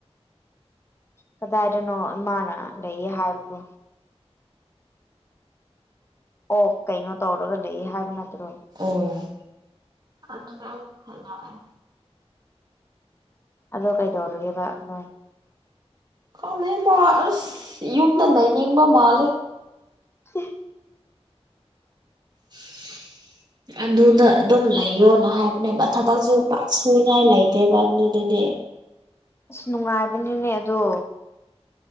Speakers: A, on the left (about 25°); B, on the right (about 40°).
A: ꯀꯗꯥꯏꯗꯅꯣ ꯏꯃꯥꯅ ꯂꯩꯌꯦ ꯍꯥꯏꯕꯗꯣ꯫ ꯑꯣ ꯀꯩꯅꯣ ꯇꯧꯔꯒ ꯂꯩꯌꯦ ꯍꯥꯏꯕ ꯅꯠꯇ꯭ꯔꯣ꯫
B: ꯎꯝ ꯑꯗꯨꯅ ꯑꯃꯨꯛ ꯍꯜꯂꯛꯑꯦ꯫
A: ꯑꯗꯣ ꯀꯩꯗꯧꯔꯒꯦꯕ ꯑꯗꯣ꯫
B: ꯈꯪꯗꯦ ꯃꯥ ꯑꯁ ꯌꯨꯝꯗ ꯂꯩꯅꯤꯡꯕ ꯃꯥꯜꯂꯦ꯫
A: <unintelligible>
B: <unintelligible> ꯑꯗꯨꯗ ꯑꯗꯨꯝ ꯂꯩꯌꯣꯅ ꯍꯥꯏꯕꯅꯦꯕ ꯊꯕꯛꯁꯨ ꯄꯥꯛ ꯁꯨꯉꯥꯏ ꯂꯩꯇꯦꯕ ꯑꯗꯨꯗꯗꯤ
A: ꯑꯁ ꯅꯨꯡꯉꯥꯏꯕꯅꯤꯅꯦ ꯑꯗꯣ꯫